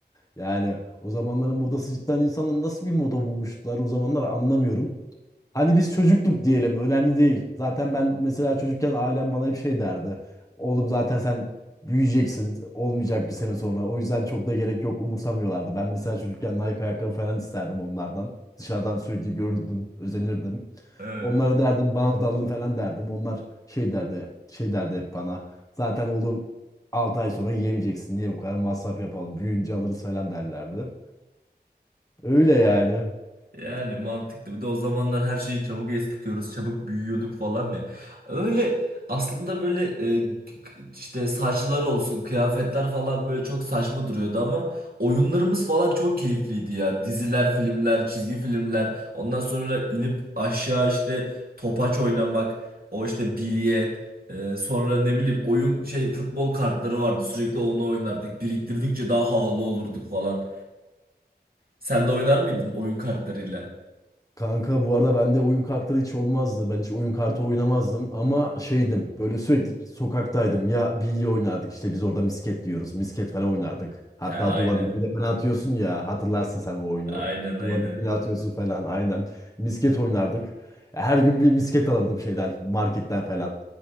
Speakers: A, on the left; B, on the right.
A: Yani o zamanların modası cidden insanlar nasıl bir moda bulmuşlar o zamanlar anlamıyorum. Hani biz çocukluk diyelim önemli değil. Zaten ben mesela çocukken ailem bana hep şey derdi. Oğlum zaten sen büyüyeceksin olmayacak bir sene sonra. O yüzden çok da gerek yok umursamıyorlardı. Ben mesela çocukken Nike ayakkabı falan isterdim onlardan. Dışarıdan sürekli görürdüm, özenirdim.
B: <laughs>
A: Onlara derdim bana da alın falan derdim. Onlar şey derdi, şey derdi hep bana. Zaten oğlum 6 ay sonra yiyemeyeceksin. Niye bu kadar masraf yapalım? Büyüyünce alırız falan derlerdi. Öyle yani.
B: Yani mantıklı. Bir de o zamanlar her şeyi çabuk eskitiyoruz, çabuk büyüyorduk falan ya. Öyle aslında böyle e, k- işte saçlar olsun, kıyafetler falan böyle çok saçma duruyordu ama oyunlarımız falan çok keyifliydi ya. Diziler, filmler, çizgi filmler. Ondan sonra inip aşağı işte topaç oynamak, o işte bilye. e, sonra ne bileyim oyun şey futbol kartları vardı. Sürekli onu oynardık. Biriktirdikçe daha havalı olurduk falan. Sen de oynar mıydın oyun kartlarıyla?
A: Kanka bu arada bende oyun kartları hiç olmazdı. Ben hiç oyun kartı oynamazdım ama şeydim böyle sürekli sokaktaydım. Ya bilye oynardık işte biz orada misket diyoruz. Misket falan oynardık. Hatta
B: He, aynen.
A: duvarın dibine falan atıyorsun ya hatırlarsın sen o oyunu.
B: Aynen aynen.
A: Duvarın dibine atıyorsun falan aynen. Misket oynardık. Her gün bir misket alırdım şeyden marketten falan.